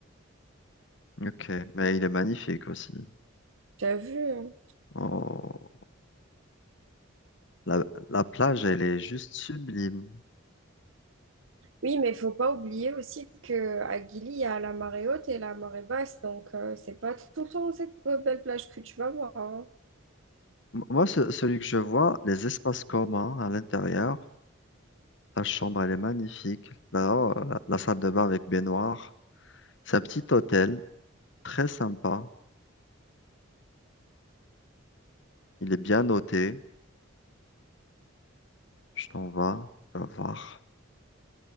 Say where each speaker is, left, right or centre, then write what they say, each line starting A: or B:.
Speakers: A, on the left (about 60°); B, on the right (about 70°).
A: Ok, mais il est magnifique aussi.
B: T'as vu? hein
A: Oh, la, la plage, elle est juste sublime.
B: Oui, mais il faut pas oublier aussi que à Gili, il y a la marée haute et la marée basse, donc euh, c'est pas tout le temps cette euh, belle plage que tu vas voir. hein.
A: M- Moi, ce- celui que je vois, les espaces communs à l'intérieur. Ta chambre, elle est magnifique. là euh, la, la salle de bain avec baignoire. C'est un petit hôtel, très sympa. Il est bien noté. Je t'envoie. vas, tu vas voir.